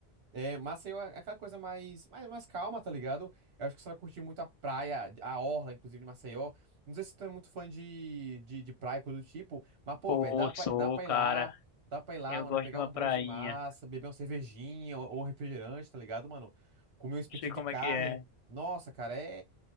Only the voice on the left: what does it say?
Pô,
sou,
cara.
Eu
gosto
de uma
prainha.
Não sei como
é que é.